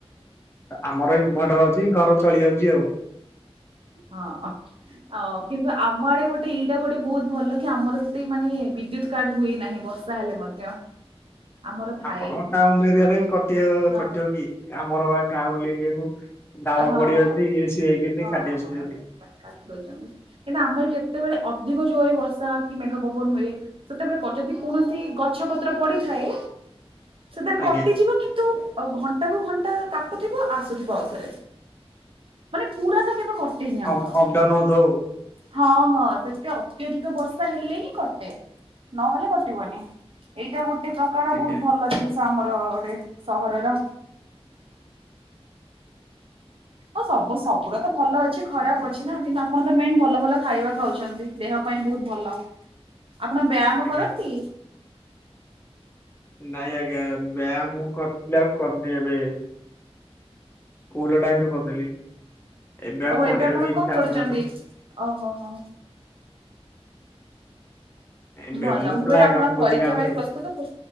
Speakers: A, on the left; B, on the right.
A: ଆମର ଇନିଭର୍ଟର ଅଛି ଘର ଚଳି ଯାଉଛି ଆଉ।
B: ହଁ ଅଁ। ଅ କିନ୍ତୁ ଆମ ଆଡେ ଗୋଟେ ଏଇଟା ଗୋଟେ ବହୁତୁ ଭଲ କି ଆମର ସେତେ ମାନେ ବିଦ୍ୟୁତ କାଟ ହୁଏ ନାହିଁ ବର୍ଷ ତା ହେଲେ ମଧ୍ୟ।
A: <inaudible>
B: ଆମର ଥାଏ
A: ଆପଣଙ୍କ ଟାଉନୁ ଏରିଆରେ କଟି
B: ହଁ
A: କଟିବ କି ଆମର ବା ଗାଉଁଲି ଇଏକୁ ଡାଳ
B: ହଁ
A: ପଡିଯାଉଛି
B: ହଁ
A: ଇଏ ସିଏ ହେଇକିନି କାଟି ଦଉଛନ୍ତି
B: ହଁ ସେଥିପାଇଁ କାଟି ଦଉଚନ୍ତି। କିନ୍ତୁ ଆମର ଯେତେବେଳେ ଅଧିକ ଜୋରେ ବର୍ଷା କି ମେଘ ପବନ ହୁଏ ସେତେବେଳେ ଯଦି କୌଣସି ଗଛ ପତ୍ର ପଡିଥାଏ। ସେଥିରେ
A: ଆଜ୍ଞା
B: କଟିଯିବ କିନ୍ତୁ ଘଣ୍ଟା କୁ ଘଣ୍ଟା କାଟୁଥିବେ ଆସୁଥିବ ଆଉଥରେ। ମାନେ ପୁରା ତ କେବେ କଟେନି ଆମର।
A: ଅପ ଅପଡାଉନ ହଉଥିବ ଆଉ।
B: ହଁ ହଁ ସେତେ ଅତ୍ୟଧିକ ବର୍ଷା ହେଲେ ହିଁ କଟେ। ନହେଲେ କଟିବନି ଏଇଟା ଏ ପ୍ରକାର
A: ଆଜ୍ଞା
B: ବହୁତ ଭଲ ଜିନିଷ ଆମର ଗୋଟେ ସହରର। ହଁ ସବୁ ସବୁରା ତ ଭଲ ଅଛି ଖରାପ ଅଛି ନା କିନ୍ତୁ ଆପଣ ତ ମେନ୍ ଭଲ ଭଲ ଖାଇବା ଖାଉଛନ୍ତି। ଦେହ ପାଇଁ ବହୁତୁ ଭଲ।
A: <inaudible>
B: ଆପଣ ବ୍ୟାୟାମ
A: ଆଜ୍ଞା
B: କରନ୍ତି?
A: ନାଇଁ ଆଜ୍ଞା ବ୍ୟାୟାମ ମୁଁ କରୁଥିଲି ଆଉ କରୁନି ଏବେ। ସ୍କୁଲ ଟାଇମିରେ କରୁଥିଲି ଏବେ
B: ଓହୋ
A: ଆଉ କରିବାକୁ
B: ଆପଣ
A: ବି
B: କଣ
A: ଇଛା
B: କରୁଛନ୍ତି?
A: ହଉନି ତ।
B: ଓହୋ ହୋ।
A: ଏବେ
B: ଭଲ ମୁଁ
A: ପ୍ରାୟ
B: କହିଲି ଆପଣ
A: କାମ
B: ପରୀକ୍ଷା
A: କରୁଛି ଗାଁରେ
B: ପାଇଁ
A: ଆଉ
B: ପ୍ରସ୍ତୁତ ତ